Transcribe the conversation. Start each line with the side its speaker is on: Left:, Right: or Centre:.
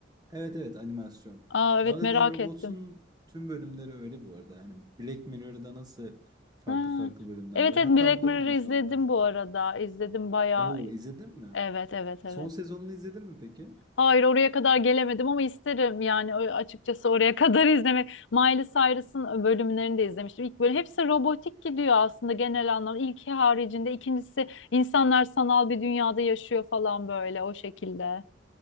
Right: Evet evet animasyon.
Left: Aa evet
Right: Love, Death
Left: merak
Right: and Robots'un
Left: ettim.
Right: tüm bölümleri öyle bu arada. Hani Black Mirror'da nasıl farklı
Left: Ha.
Right: farklı bölümler
Left: Evet
Right: var.
Left: evet
Right: Hatta
Left: Black
Right: onu
Left: Mirror'ı
Right: da konuşalım
Left: izledim
Right: dur.
Left: bu arada. İzledim bayağı.
Right: Oo izledin mi?
Left: Evet evet evet.
Right: Son sezonunu izledin mi peki?
Left: Hayır oraya kadar gelemedim ama isterim yani ö- açıkçası oraya <laughs> kadar izlemek. Miley Cyrus'ın bölümlerini de izlemiştim. İlk böyle hepsi robotik gidiyor aslında genel anlamda. İlki haricinde ikincisi insanlar sanal bir dünyada yaşıyor falan böyle o şekilde.